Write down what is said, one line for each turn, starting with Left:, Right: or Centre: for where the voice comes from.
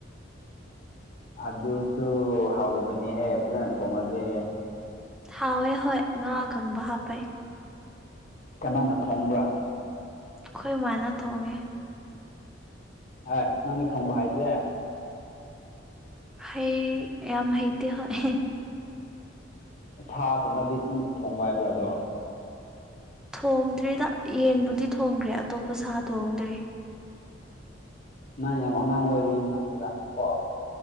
Left: ꯑꯗꯨꯁꯨ ꯍꯥꯎꯒꯅꯤꯍꯦ ꯐꯖꯅ ꯊꯣꯡꯉꯗꯤ
Centre: ꯍꯥꯎꯋꯦ ꯍꯣꯏ ꯉꯥ ꯑꯀꯪꯕ ꯍꯥꯞꯄꯩ
Left: ꯀꯅꯥꯅ ꯊꯣꯡꯕ꯭ꯔꯥ
Centre: ꯑꯩꯈꯣꯏ ꯃꯥꯅ ꯊꯣꯡꯉꯦ
Left: ꯍꯥ ꯅꯪꯅ ꯊꯣꯡꯕ ꯍꯥꯥꯩꯗꯦ
Centre: ꯍꯩ ꯌꯥꯝ ꯍꯩꯇꯦ ꯍꯣꯏ
Left: ꯁꯥꯒꯨꯝꯕꯗꯤ ꯑꯗꯨꯝ ꯊꯣꯡꯕ ꯍꯩꯕ꯭ꯔꯥ ꯑꯗꯣ
Centre: ꯊꯣꯡꯗ꯭ꯔꯤꯗ ꯌꯦꯟꯕꯨꯗꯤ ꯊꯣꯡꯒ꯭ꯔꯦ ꯑꯇꯣꯞꯄ ꯁꯥ ꯊꯣꯡꯗ꯭ꯔꯤ
Left: ꯅꯪ ꯌꯥꯝ ꯑꯉꯥꯡ ꯑꯣꯏꯔꯤ ꯃꯥꯟꯅꯦꯗ ꯀꯣ